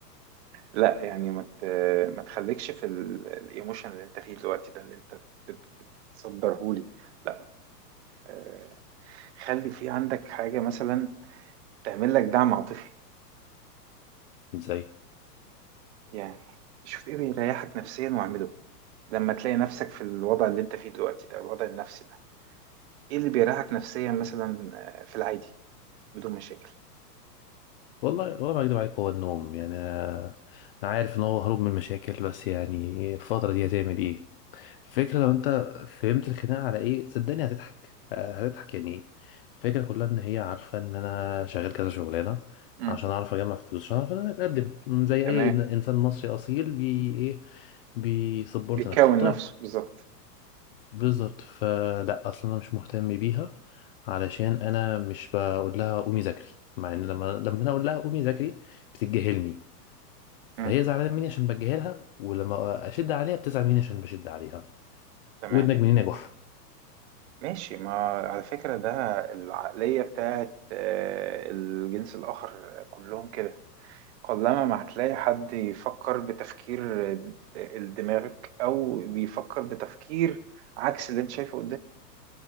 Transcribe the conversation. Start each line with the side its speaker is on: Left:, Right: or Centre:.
Right: لا يعني ما مت... ما تخليكش في ال- الايموشن اللي انت فيه دلوقتي ده اللي انت بت- بتصدرهولي لا آه، خلي في عندك حاجة مثلا تعمل لك دعم عاطفي
Left: ازاي
Right: يعني شوف ايه بيريحك نفسيا واعمله لما تلاقي نفسك في الوضع اللي انت فيه دلوقتي ده الوضع النفسي ده ايه اللي بيريحك نفسيا مثلا آه، في العادي بدون مشاكل
Left: والله والله ما اكدب عليك هو النوم يعني انا أنا عارف ان هو هروب من المشاكل بس يعني الفتره دي هتعمل ايه الفكره لو انت فهمت الخناقه على ايه صدقني هتضحك آه، هتضحك يعني ايه الفكره كلها ان هي عارفه ان انا شغال كذا شغلانه
Right: مم.
Left: عشان اعرف اجمع فلوس عشان اعرف ان انا اتقدم زي
Right: تمام
Left: اي إن- انسان مصري اصيل بي ايه بيسبورت
Right: بيكون
Left: نفسه طيب
Right: نفسه بالظبط
Left: بالظبط فلا اصلا انا مش مهتم بيها علشان انا مش بقول لها قومي ذاكري مع ان لما لما انا اقول لها قومي ذاكري بتتجاهلني فهي
Right: مم.
Left: زعلانه مني عشان بتجاهلها ولما اشد عليها بتزعل مني عشان بشد عليها
Right: تمام
Left: ودنك منين يا جحا
Right: ماشي ما على فكرة ده العقلية بتاعت آه، الجنس الآخر كلهم كده قلما ما هتلاقي حد يفكر بتفكير آه، دماغك أو بيفكر بتفكير عكس اللي أنت شايفه